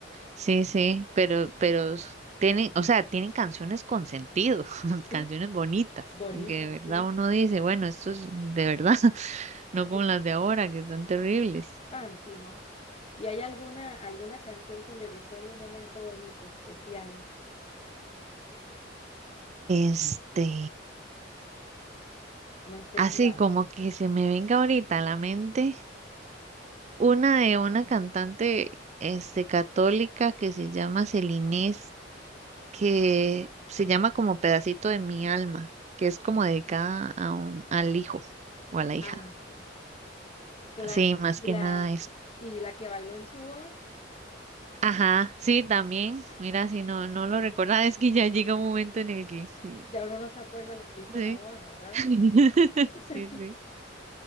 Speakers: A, on the right (about 40°); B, on the left (about 35°).
A: Sí, sí, pero, pero s- tienen, o sea, tienen canciones con sentido, <laughs>
B: Sí,
A: canciones bonitas,
B: bonita,
A: que de
B: sí,
A: verdad uno dice, bueno, esto es de verdad, <laughs> no como
B: sí,
A: las de ahora, que están terribles.
B: ah, no, sí, no. ¿Y hay alguna, alguna canción que le recuerde un momento bonito, especial?
A: Este,
B: No sé
A: así
B: si la,
A: como que se me venga ahorita a la mente una de una cantante, este, católica que se llama Celinés, que se llama como Pedacito de mi alma, que es como dedicada a un, al hijo o a la hija.
B: ah, sí, claro,
A: Sí, más
B: y
A: que
B: la,
A: nada eso.
B: y la que bailó en su boda,
A: Ajá, sí, también. Mira, si no, no
B: eh,
A: lo recordaba, <laughs> es que ya llega un momento en el que... mm,
B: ya uno no se acuerda lo que hizo
A: Sí.
B: en la boda, ¿verdad?
A: <laughs>
B: <laughs>
A: Sí, sí.